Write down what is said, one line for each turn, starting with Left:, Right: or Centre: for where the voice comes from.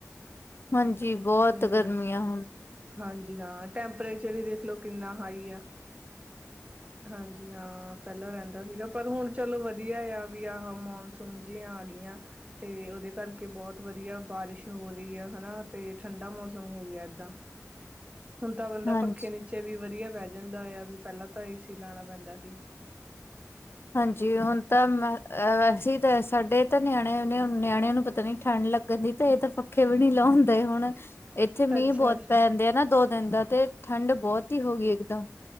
Left: ਹਾਂਜੀ। ਬਹੁਤ
Right: ਹੂੰ
Left: ਗਰਮੀਆਂ ਹਨ।
Right: ਹਾਂਜੀ। ਹਾਂ ਟੈਂਪਰੇਚਰ ਹੀ ਦੇਖਲੋ ਕਿੰਨਾ ਹਾਈ ਆ। ਹਾਂਜੀ ਹਾਂ। ਪਹਿਲਾਂ ਰਹਿੰਦਾ ਸੀਗਾ ਪਰ ਹੁਣ ਚਲੋ ਵਧੀਆ ਆ ਵੀ ਆਹ ਮਨਸੂਨ ਜੀਂਆ ਗਈਆਂ। ਤੇ ਉਹਦੇ ਕਰਕੇ ਬਹੁਤ ਵਧੀਆ ਬਾਰਿਸ਼ ਹੋ ਰਹੀ ਹੈ ਹਨਾ ਤੇ ਠੰਡਾ ਮੌਸਮ ਹੋ ਗਿਆ ਏਦਾਂ <inaudible> ਹੁਣ ਤਾਂ ਬੰਦਾ
Left: ਹਾਂਜੀ।
Right: ਪੱਖੇ ਨੀਚੇ ਵੀ ਵਧੀਆ ਬਹਿ ਜਾਂਦਾ ਆ ਵੀ ਪਹਿਲਾਂ ਤਾਂ ਏ ਸੀ ਲਾਉਣਾ ਪੈਂਦਾ ਸੀ।
Left: ਹਾਂਜੀ। ਹੁਣ ਤਾਂ ਵੈਸੇ ਸਾਡੇ ਤਾਂ ਨਿਆਣਿਆਂ ਨਿਆਣਿਆਂ ਨੂੰ ਪਤਾ ਨੀ ਠੰਢ ਲੱਗਣ ਦੀ ਤੇ ਇਹ ਤਾਂ ਪੱਖੇ ਵੀ ਨੀ ਲਾਉਂਦੇ ਹੁਣ ਇੱਥੇ ਮੀਂਹ
Right: ਅੱਛਾ
Left: ਬਹੁਤ ਪੈਦੇ ਆ ਨਾ ਦੋ ਦਿਨ ਦਾ ਤੇ ਠੰਡ ਬਹੁਤ ਹੀ ਹੋ ਗਈ ਇੱਕਦਮ